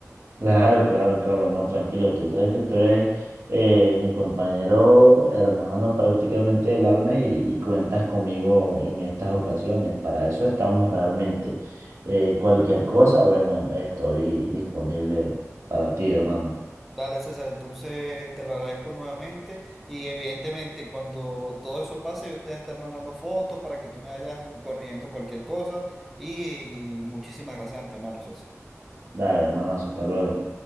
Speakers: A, on the right; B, in the centre.
A: Claro, claro, claro, no, tranquilo, tú sabes que tú eres eh, mi compañero, hermano prácticamente del alma y, y cuentas conmigo en estas ocasiones, para eso estamos realmente. Eh, cualquier cosa, bueno, estoy disponible para ti, hermano.
B: Dale, César, entonces te lo agradezco nuevamente y evidentemente cuando todo eso pase yo te voy a estar mandando fotos para que tú me vayas corrigiendo cualquier cosa y, y muchísimas gracias de antemano, César.
A: Dale, hermanazo, hasta luego.